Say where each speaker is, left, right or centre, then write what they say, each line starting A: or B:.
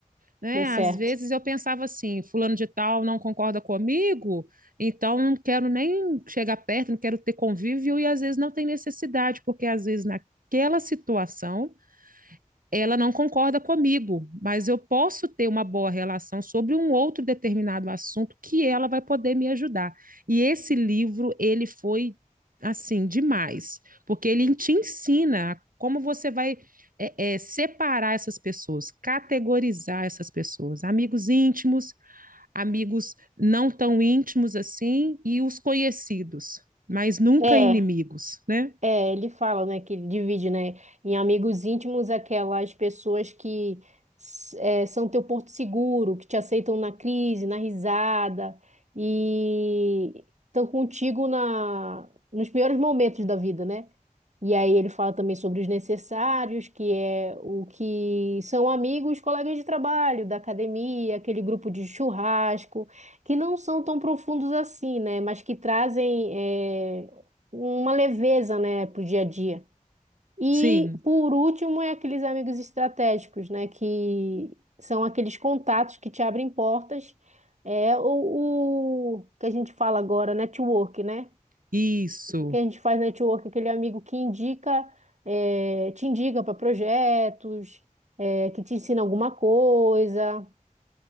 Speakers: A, on the right; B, on the right.
A: né?
B: dê
A: Às
B: certo.
A: vezes eu pensava assim, fulano de tal não concorda comigo, então não quero nem chegar perto, não quero ter convívio, e às vezes não tem necessidade, porque às vezes naquela situação ela não concorda comigo, mas eu posso ter uma boa relação sobre um outro determinado assunto que ela vai poder me ajudar. E esse livro, ele foi assim demais, porque ele te ensina como você vai é, é, separar essas pessoas, categorizar essas pessoas, amigos íntimos, amigos não tão íntimos assim e os conhecidos, mas nunca
B: É.
A: inimigos, né?
B: É, ele fala, né, que ele divide, né, em amigos íntimos aquelas pessoas que s- é, são teu porto seguro, que te aceitam na crise, na risada e estão contigo na nos piores momentos da vida, né? E aí ele fala também sobre os necessários, que é o que são amigos, colegas de trabalho, da academia, aquele grupo de churrasco, que não são tão profundos assim, né? Mas que trazem eh, uma leveza, né, para o dia a dia. E
A: Sim,
B: por último é aqueles amigos estratégicos, né? Que são aqueles contatos que te abrem portas. É o, o que a gente fala agora, network, né?
A: isso.
B: que a gente faz network, aquele amigo que indica, eh, te indica para projetos, eh, que te ensina alguma coisa.